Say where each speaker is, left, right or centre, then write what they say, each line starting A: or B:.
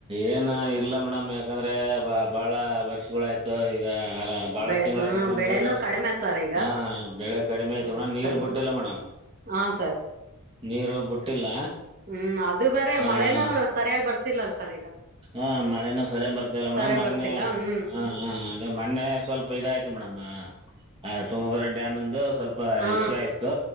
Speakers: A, on the right (about 25°); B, on the right (about 40°).
A: ಏನು ಇಲ್ಲ ಮೇಡಂ ಯಾಕಂದ್ರೆ ಬಾ ಬಾಳ ವರ್ಷಗಳ ಆಯ್ತು ಈಗ ಅ ಬಾಳ
B: ಬೆಳೆ
A: ತಿಂಗಳ
B: ಹ್ಮ
A: ಆಯ್ತು ಮೇಡಮ್
B: ಬೆಳೆನೂ
A: ನೀರನ್
B: ಕಡಿಮೆ ಸರ್ ಈಗ
A: ಹ ಬೆಳೆ ಕಡಿಮೆ ಆಯ್ತು
B: ಹ್ಮ್
A: ಮೇಡಮ್ ನೀರ್
B: ಕಡಿಮೆ
A: ಬಿಟ್ಟಿಲ್ಲ ಮೇಡಮ್
B: ಹಾ ಸರ್
A: ನೀರು ಬಿಟ್ಟಿಲ್ಲ
B: ಹ್ಮ್ ಅದು ಬೇರೆ
A: ಹ
B: ಮಳೆನೂ ಸರಿಯಾಗಿ ಬರ್ತ ತಿಲ್ಲಲ್ ಸರ್ ಈಗ
A: ಹಾ ಮಳೆನೂ ಸರಿಯಾಗ್ ಬರ್ತಿಲ್ಲ
B: ಸರಿಯಾಗ್
A: ಮೇಡಮ್ ಮೊನ್ನೆ
B: ಬರ್ತಿಲ್ಲ ಹ್ಮ್
A: ಹ ಹ ಅದೇ ಮೊನ್ನೆ ಸ್ವಲ್ಪ ಇದಾಯ್ತು ಮೇಡಮ್ ಆ ತುಂಗಬರ ಡ್ಯಾಮಿಂದು ಸ್ವಲ್ಪ
B: ಹಾ
A: ಇಷೂ ಆಯ್ತು